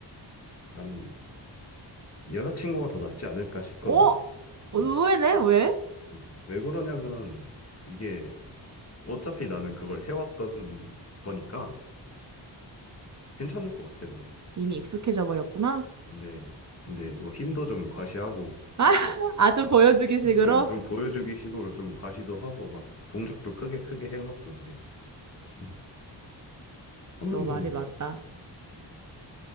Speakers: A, on the left; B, on the right.
A: 나는 여자친구가 더 낫지 않을까 싶거든.
B: 어? 의외네?
A: 음,
B: 왜?
A: 음. 왜 그러냐면 이게 어차피 나는 그걸 해왔던 거니까 괜찮을 것 같아 나는.
B: 이미 익숙해져 버렸구나.
A: 이제 이제 뭐 힘도 좀 과시하고
B: 아, <laughs> 아, 좀 보여주기 식으로?
A: 어 좀 보여주기 식으로 좀 과시도 하고 막 동작도 크게 크게 해갖고 이제 음, 하면은
B: 너 말이 맞다.
A: 음.